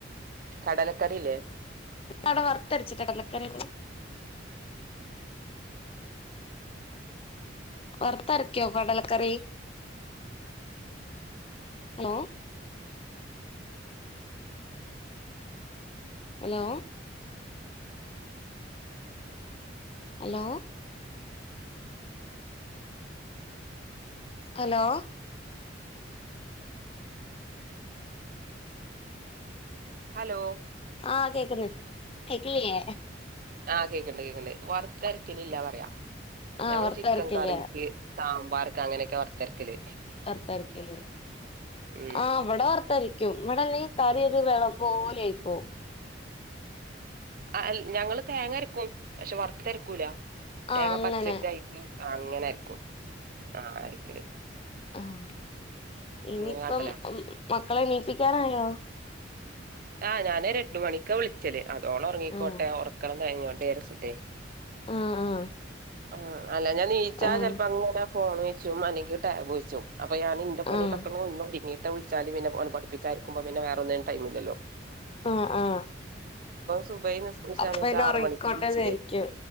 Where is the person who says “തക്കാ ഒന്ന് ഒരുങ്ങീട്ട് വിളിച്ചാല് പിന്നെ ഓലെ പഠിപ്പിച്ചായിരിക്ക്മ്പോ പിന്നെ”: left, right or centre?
Right